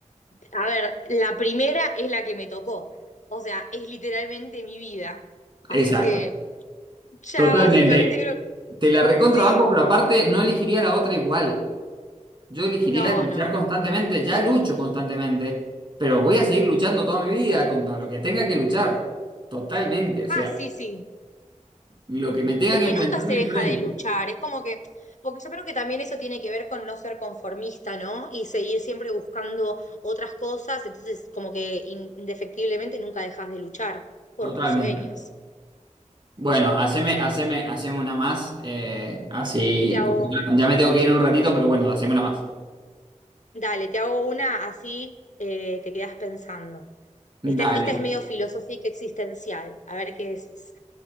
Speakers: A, on the left; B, on the right.
A: a ver, la primera es la que me tocó. O sea, es literalmente mi vida. Así
B: Exacto.
A: que ya
B: Totalmente.
A: básicamente creo,
B: Te la recontrabanco,
A: sí,
B: pero aparte no elegiría la otra igual. Yo elegiría
A: no,
B: luchar
A: no, no.
B: constantemente. Ya lucho constantemente, pero voy a seguir luchando toda mi vida contra lo que tenga que luchar. Totalmente. O
A: Ah,
B: sea,
A: sí, sí.
B: lo que me tenga
A: Es
B: que
A: que
B: enfrentar,
A: nunca se
B: me
A: deja
B: enfrento.
A: de luchar, es como que, porque yo creo que también eso tiene que ver con no ser conformista, ¿no? Y seguir siempre buscando otras cosas, entonces como que in- indefectiblemente nunca dejas de luchar por
B: Totalmente.
A: tus sueños.
B: Bueno, haceme, haceme, haceme una más. eh, así,
A: Te hago,
B: porque ya me tengo que ir en un ratito, pero bueno, haceme una más.
A: dale, te hago una así, eh, te quedas pensando. Esta
B: Dale.
A: es, esta es medio filosófica existencial, a ver qué decís.